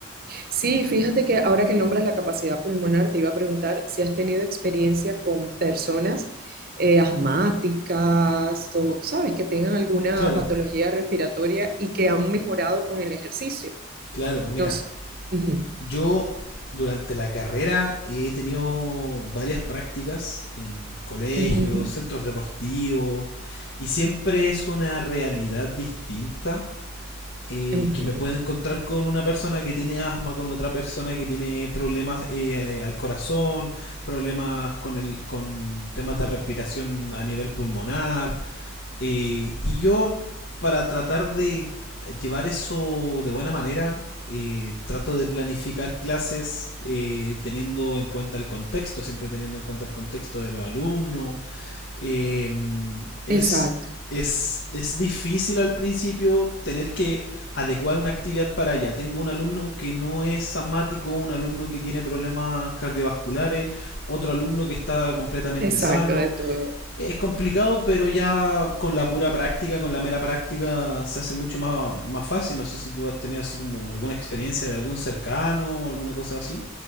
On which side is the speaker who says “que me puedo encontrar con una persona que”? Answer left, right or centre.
Left